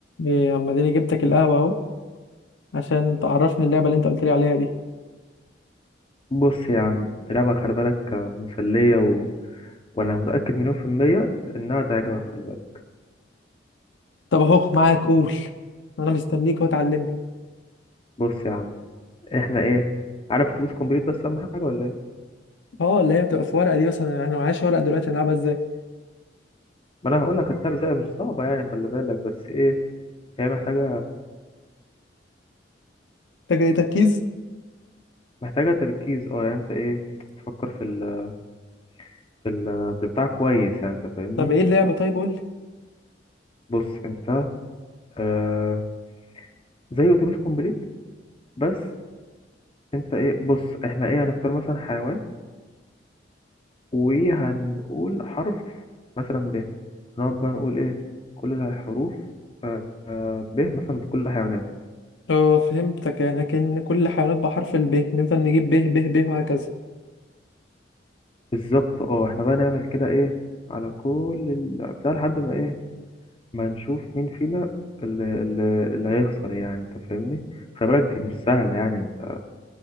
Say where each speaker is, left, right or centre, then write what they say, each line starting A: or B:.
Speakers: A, on the left (about 85°); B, on the left (about 30°).
A: ايه اما اديني جبتك القهوة اهو عشان تعرفني اللعبة اللي انت قلت لي عليها دي
B: بص يا عم اللعبة خلي بالك مسلية و... وأنا متأكد مليون في المية إنها تعجبك خلي بالك
A: طب اهو معاك قول انا مستنيك اهو تعلمني
B: بص يا عم إحنا إيه عارف أتوبيس كومبليت بس أهم حاجة ولا إيه؟
A: اه اللي هي بتبقى في ورقة دي مثلا احنا معاش ورقة دلوقتي هنلعبها ازاي
B: ما أنا هقول لك اللعبة زي مش صعبة يعني خلي بالك بس إيه هي محتاجة
A: محتاجة ايه تركيز
B: محتاجة تركيز أه يعني أنت إيه تفكر في ال في ال في بتاع كويس يعني أنت فاهمني؟
A: طب ايه اللعبة طيب قول لي
B: بص أنت آه زي أتوبيس كومبليت بس أنت إيه بص إحنا إيه هنختار مثلا حيوان وهنقول حرف مثلا ب نقعد بقى نقول ايه كل الحروف آه، آه، ب مثلا بكل الحيوانات
A: اه فهمتك يعني لكن كل حيوانات بحرف ال ب نفضل نجيب ب ب ب وهكذا
B: بالظبط اه احنا بقى نعمل كده ايه على كل ال- بتاع لحد ما ايه ما نشوف مين فينا اللي, اللي اللي هيخسر يعني انت فاهمني خلي بالك دي مش سهلة يعني انت